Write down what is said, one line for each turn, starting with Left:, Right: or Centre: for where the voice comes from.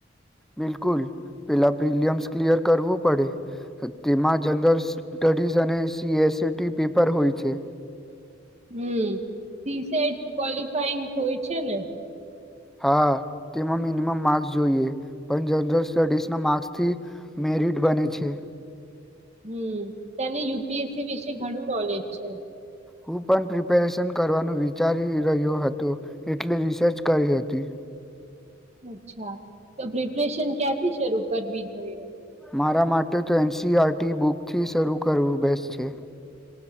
Centre: બિલકુલ પેલા પ્રિલિયમ્સ ક્લિયર કરવું પડે તેમાં જનરલ સ્ટડીઝ અને સીએસીટી પેપર હોય છે.
Right: હમ પી સાઈડ ક્વોલિફાઈંગ હોય છે ને?
Centre: હા તેમાં મિનિમમ માર્ક્સ જોઈએ. પણ જનરલ સ્ટડીઝના માર્ક્સથી મેરિટ બને છે.
Right: હમ તને યુપીએસસી વિશે ઘણું નોલેજ છે.
Centre: હું પણ પ્રિપેરેશન કરવાનું વિચારી રહ્યો હતો. એટલે રિસર્ચ કરી હતી.
Right: અચ્છા તો પ્રિપરેશન ક્યાંથી શરૂ કરવી જોઈએ?
Centre: મારા માટે તો એનસીઆરટી બુકથી શરૂ કરવું બેસ્ટ છે.